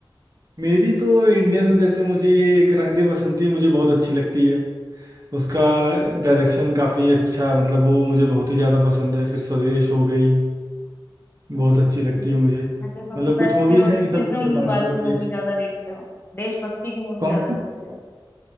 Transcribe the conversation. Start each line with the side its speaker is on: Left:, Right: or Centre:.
Right: मेरी तो इंडियन जैसे मुझे ये एक रंग दे बसंती मुझे बहुत अच्छी लगती है उसका डायरेक्शन काफ़ी अच्छा है मतलब वो मुझे बहुत ही ज़्यादा पसंद है फिर स्वदेश हो गई बहुत
Left: अच्छा
Right: अच्छी लगती है मुझे
Left: अच्छा तुम
Right: मतलब कुछ
Left: पेट्रियोटिज्म
Right: मूवीज हैं ये सब मैं बार
Left: वाली
Right: बार देख
Left: मूवी
Right: सकता
Left: ज्यादा देखते हो देशभक्ति की मूवी
Right: कौन
Left: ज्यादा
Right: सी
Left: देखते हो